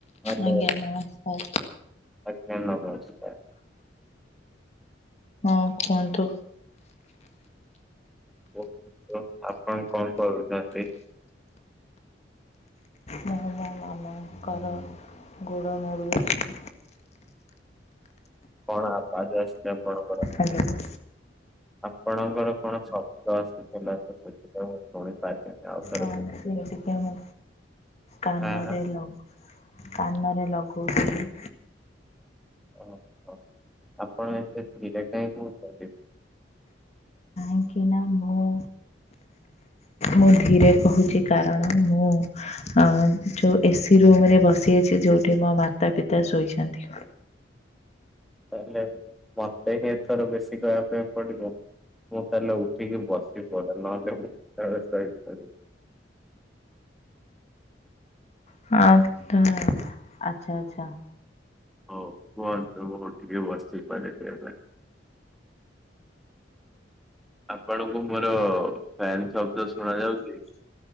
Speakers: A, in the centre; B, on the left (about 35°).
A: Hello
B: ଆଜ୍ଞା ନମସ୍କାର।
A: ଆଜ୍ଞା ନମସ୍କାର।
B: ହଁ କୁହନ୍ତୁ।
A: <unintelligible> ଆପଣ କଣ କରୁଛନ୍ତି?
B: ମୁଁ ମୋ ମାମାଙ୍କର ଗୋଡ଼ ମୋଡ଼ୁଅଛି।
A: କଣ ଆବାଜ ଆସୁଚି ଆପଣଙ୍କ
B: ହାଲୋ।
A: ଆପଣଙ୍କର କଣ ଶବ୍ଦ ଆସୁଥିଲା ତ, ସେଥିପାଇଁ ମୁଁ ଶୁଣିପାରିଲିନି ଆଉଥରେ
B: ହଁ
A: କୁହନ୍ତୁ।
B: ସେ ଟିକେ ମୁଁ କାନରେ
A: ହଁ ହଁ
B: ଲଗ କାନରେ ଲଗଉଥିଲି।
A: ଓହୋ ଆପଣ ଏତେ ଧିରେ କାହିଁ କହୁଛନ୍ତିି?
B: କାହିଁକିନା ମୁଁ, ମୁଁ ଧୀରେ କହୁଛି କାରଣ ମୁଁ ଅ ଯୋଉ ଏସି ରୁମ୍ ରେ ବସିଅଛି, ଯୋଉଠି ମୋ ମାତା ପିତା ଶୋଇଛନ୍ତି।
A: ତାହେଲେ ମତେ ହିଁ ଏଥର ବେଶୀ କହିଆ ପାଇଁ ପଡିବ। ମୁଁ ତାହେଲେ ଉଠିକି ବସି ପଡେ, ନହେଲେ ମୁଁ କେତେବେଳେ ଶୋଇପଡ଼ିବି।
B: ହଁ ତ ଆଚ୍ଛା ଆଚ୍ଛା।
A: ହଉ କୁହନ୍ତୁ ମୁଁ ଉଠିକି ବସି ପଡିଲି ଏବେ। ଆପଣଙ୍କୁ ମୋର ଫ୍ୟାନ୍ ଶବ୍ଦ ଶୁଣାଯାଉଛି?